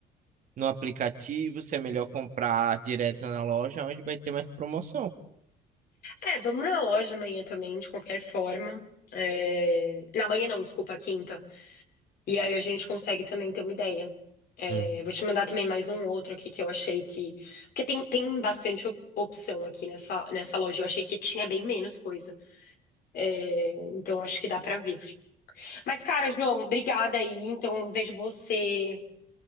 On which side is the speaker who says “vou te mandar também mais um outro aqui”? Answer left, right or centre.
Left